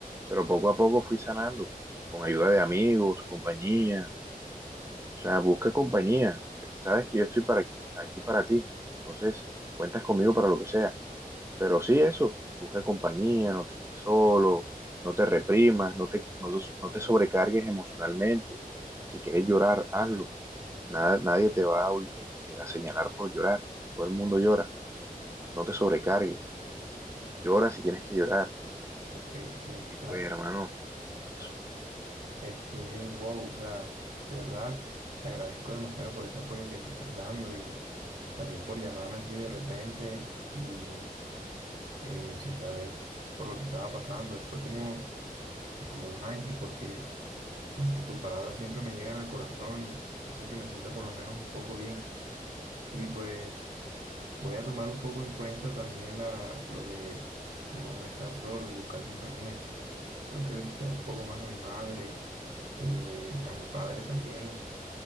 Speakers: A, on the right (about 20°); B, on the right (about 65°).
A: pero poco a poco fui sanando, con ayuda de amigos, compañía, o sea, busca compañía, sabes que yo estoy para aquí, aquí para ti, entonces cuentas conmigo para lo que sea, pero sí eso, busca compañía, no te quedes solo, no te reprimas, no te, no, no te sobrecargues emocionalmente, si quieres llorar, hazlo, Nada, nadie te va a, este, a señalar por llorar, todo el mundo llora, no te sobrecargues, llora si tienes que llorar,
B: Ok, ok,
A: y
B: o sea,
A: pues hermano, eso,
B: es que, wow, o sea, de verdad, te agradezco demasiado por ese apoyo que me estás dando y también por llamarme así de repente y eh, sin saber por lo que estaba pasando. Fue como como un ángel porque este, tus palabras siempre me llegan al corazón y hacen que me sienta por lo menos un poco bien. Y pues voy a tomar un poco en cuenta también la, lo de no estar solo y buscar compañía. Creo que visitaré un poco más a mi madre, eh, a mi padre también,